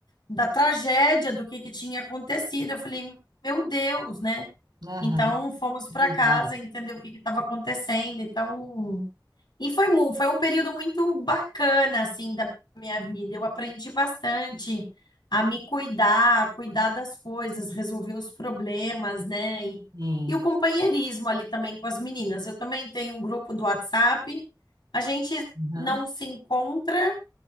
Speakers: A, on the left; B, on the right.
A: da tragédia, do que que tinha acontecido. Eu falei, meu Deus, né?
B: Aham.
A: Então fomos para
B: Exato.
A: casa entender o que que estava acontecendo. Então e foi, mu- foi um período muito bacana, assim, da minha vida. Eu aprendi bastante a me cuidar, a cuidar das coisas, resolver os problemas, né? E,
B: Sim.
A: e o companheirismo ali também com as meninas. Eu também tenho um grupo do WhatsApp. A gente
B: Aham.
A: não se encontra,